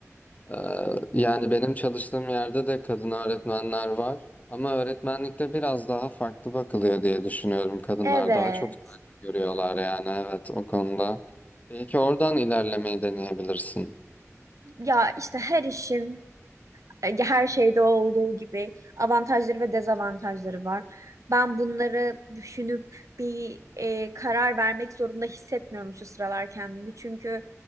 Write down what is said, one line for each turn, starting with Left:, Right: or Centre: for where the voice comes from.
Left: Ee, Yani benim çalıştığım yerde de kadın öğretmenler var. Ama öğretmenlikte biraz daha farklı bakılıyor diye düşünüyorum. Kadınlar
Right: Evet.
Left: daha çok saygı görüyorlar yani evet o konuda. Belki oradan ilerlemeyi deneyebilirsin.
Right: Ya işte her işin e, her şeyde olduğu gibi avantajları ve dezavantajları var. Ben bunları düşünüp bir e, karar vermek zorunda hissetmiyorum şu sıralar kendimi. Çünkü